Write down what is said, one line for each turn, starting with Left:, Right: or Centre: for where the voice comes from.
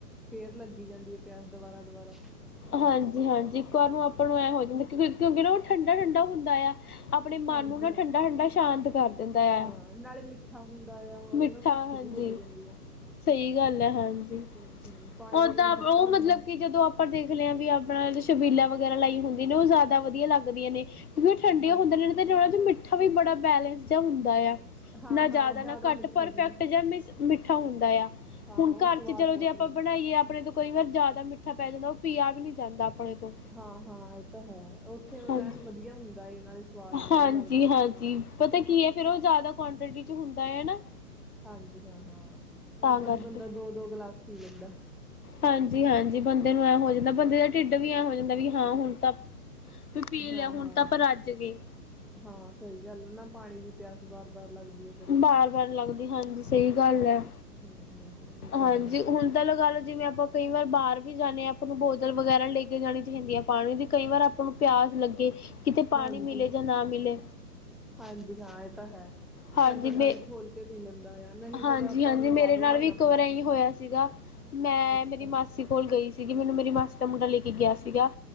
Centre: ਫੇਰ ਲੱਗੀ ਜਾਂਦੀ ਹੈ ਪਿਆਸ ਦੁਬਾਰਾ, ਦੁਬਾਰਾ
Left: ਹਾਂਜੀ, ਹਾਂਜੀ ਇੱਕ ਵਾਰ ਨੂੰ ਆਪਾਂ ਨੂੰ ਐਂ ਹੋ ਜਾਂਦਾ ਕਿਉਂ ਕਿਉਂਕਿ ਨਾ ਉਹ ਠੰਡਾ, ਠੰਡਾ ਹੁੰਦਾ ਆ ਆਪਣੇ ਮਨ
Centre: ਹਾਂਜੀ
Left: ਨੂੰ ਨਾ ਠੰਡਾ-
Centre: ਹਾਂ।
Left: ਠੰਡਾ ਸ਼ਾਂਤ ਕਰ ਦਿੰਦਾ ਆ,
Centre: ਹਾਂ ਨਾਲੇ ਮਿੱਠਾ ਹੁੰਦਾ ਆ ਉਹਦੇ
Left: ਮਿੱਠਾ
Centre: ਨਾਲ ਭੁੱਖ
Left: ਹਾਂਜੀ
Centre: ਜਿਹੀ ਮਿਟ ਜਾਂਦੀ ਆ।
Left: ਸਹੀ ਗੱਲ ਹੈ ਹਾਂਜੀ,
Centre: ਹੂੰ-ਹੂੰ ਪਾਣੀ
Left: ਉਹ
Centre: ਦਾ ਜਿਵੇਂ
Left: ਤਾਂ
Centre: ਫਿੱਕਾ
Left: ਉਹ
Centre: ਹੁੰਦਾ
Left: ਮਤਲਬ ਕਿ ਜਦੋਂ ਆਪਾਂ ਦੇ ਦੇਖ ਲਿਆ ਵੀ ਆਪਣਾ ਸ਼ਬੀਲਾ ਵਗੈਰਾ ਲਾਈ ਹੁੰਦੀ ਨੇ ਉਹ ਜ਼ਿਆਦਾ ਵਧੀਆ ਲੱਗਦੀਆਂ ਨੇ ਕਿਉਂਕਿ ਉਹ ਠੰਡੀਆਂ
Centre: ਹਾਂਜੀ
Left: ਹੁੰਦੇ ਨੇ ਤੇ ਉਹਨਾਂ ਚ ਮਿੱਠਾ ਵੀ ਬੜਾ ਬੈਲੈਂਸ ਜਾਂ ਹੁੰਦਾ ਆ
Centre: ਹਾਂ-ਹਾਂ
Left: ਨਾ ਜ਼ਿਆਦਾ ਨਾ ਘੱਟ
Centre: ਮਿੱਠਾ
Left: ਪਰਫੈਕਟ
Centre: ਵੀ ਨੀ।
Left: ਜਾਂ ਮਿੱਠਾ ਹੁੰਦਾ ਆ।
Centre: ਹਾਂ
Left: ਹੁਣ
Centre: ਉਹ
Left: ਘਰ
Centre: ਸਵਾਦ
Left: ਚ ਚਲੋ
Centre: ਬਹੁਤ
Left: ਜੇ ਆਪਾਂ
Centre: ਲੱਗਦੀ
Left: ਬਣਾਈਏ
Centre: ਹੈ।
Left: ਆਪਣੇ ਤੋਂ ਕਈ ਵਾਰ ਜ਼ਿਆਦਾ ਮਿੱਠਾ ਪੈ ਜਾਂਦਾ ਉਹ ਪੀਆ ਵੀ ਨਹੀਂ ਜਾਂਦਾ। ਆਪਣੇ ਤੋਂ
Centre: ਹਾਂ, ਹਾਂ ਇਹ ਤਾਂ ਹੈ ਉੱਥੇ ਮਤਲਬ
Left: ਹਾਂਜੀ
Centre: ਐਨ ਵਧੀਆ ਹੁੰਦਾ ਏ, ਨਾਲੇ ਸਵਾਦ ਬਹੁਤ
Left: ਹਾਂਜੀ
Centre: ਲੱਗਦਾ ਹੈ।
Left: ਹਾਂਜੀ ਪਤਾ ਕੀ ਹੈ ਫਿਰ ਉਹ ਜ਼ਿਆਦਾ ਕੁਆਂਟਿਟੀ ਚ ਹੁੰਦਾ ਐ ਹਨਾ।
Centre: ਹਾਂਜੀ ਹਾਂ, ਹਾਂ ਨਾ ਬੰਦਾ
Left: ਕਰਕੇ
Centre: ਦੋ- ਦੋ ਗਲਾਸ ਪੀ ਲੈਂਦਾ।
Left: ਹਾਂਜੀ, ਹਾਂਜੀ ਬੰਦੇ ਨੂੰ ਐ ਹੋ ਜਾਂਦਾ ਬੰਦੇ ਦਾ ਢਿੱਡ ਵੀ ਐਂ ਹੋ ਜਾਂਦਾ ਵੀ ਹਾਂ ਹੁਣ ਤਾਂ ਵੀ ਪੀ
Centre: ਹਾਂ-ਹਾਂ।
Left: ਲਿਆ ਹੁਣ ਤਾਂ ਆਪ ਰੱਜ ਗਏ।
Centre: ਹਾਂ ਸਹੀ ਗੱਲ ਆ ਨਾ ਪਾਣੀ ਦੀ ਪਿਆਸ ਬਾਰ- ਬਾਰ ਲੱਗਦੀ ਹੈ ਫਿਰ।
Left: ਬਾਰ-ਬਾਰ ਲੱਗਦੀ ਹਾਂਜੀ ਸਹੀ ਗੱਲ ਹੈ,
Centre: ਹਮ ਹਮ ਇਹ
Left: ਹਾਂਜੀ
Centre: ਤਾਂ ਹੈ
Left: ਹੁਣ ਤਾਂ ਲਗਾਲੋ ਜਿਵੇਂ ਆਪ ਆਪਾਂ ਕਈ ਵਾਰ ਬਾਹਰ ਵੀ ਜਾਂਦੇ ਹਾਂ ਆਪਾਂ ਨੂੰ ਬੋਤਲ ਵਗੈਰਾ ਲੈ ਕੇ ਜਾਣੀ ਚਾਹੀਦੀ ਹੈ ਪਾਣੀ ਦੀ ਕਈ ਵਾਰ ਆਪਾਂ ਨੂੰ ਪਿਆਸ ਲੱਗੇ ਕਿਤੇ ਪਾਣੀ
Centre: ਹਾਂਜੀ
Left: ਮਿਲੇ ਜਾਂ ਨਾ ਮਿਲੇ।
Centre: ਹਾਂਜੀ ਹਾਂ ਇਹ ਤਾਂ ਹੈ
Left: ਹਾਂਜੀ
Centre: ਚੱਲ ਬੰਦਾ
Left: ਮੇ
Centre: ਵੀ ਖੋਲ ਕੇ ਪੀ ਲੈਂਦਾ ਆ ਨਹੀਂ
Left: ਹਾਂਜੀ,
Centre: ਫੇਰ ਆਪਾਂ
Left: ਹਾਂਜੀ
Centre: ਨੂੰ
Left: ਮੇਰੇ
Centre: ਬਾਹਰੋਂ
Left: ਨਾਲ
Centre: ਲੈਣਾ
Left: ਵੀ ਇੱਕ ਵਾਰ
Centre: ਪੈਂਦਾ
Left: ਇਹੀ ਹੋਇਆ ਸੀਗਾ। ਮੈਂ
Centre: ਅੱਛਾ
Left: ਮੇਰੀ ਮਾਸੀ ਕੋਲ ਗਈ ਸੀਗੀ ਮੈਨੂੰ ਮੇਰੀ ਮ ਮਾਸੀ ਦਾ ਮੁੰਡਾ ਲੈਕੇ ਗਿਆ ਸੀਗਾ।